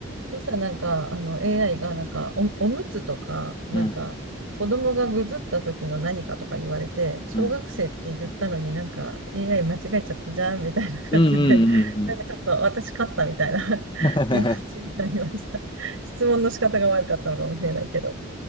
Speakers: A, on the right; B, on the left.
A: そしたらなんか、あの AI がなんかお、おむつとか、なんか、
B: うん。
A: 子供がぐずった時の何かとか言われて、小学生って言ったのになんか
B: うん。
A: AI 間違えちゃったじゃんみたいな感じで、
B: うんうんうんうん。
A: なんかちょっと私勝ったみたいな <laughs>
B: <laughs>
A: 気持ちになりました。質問の仕方が悪かったのかもしれないけど。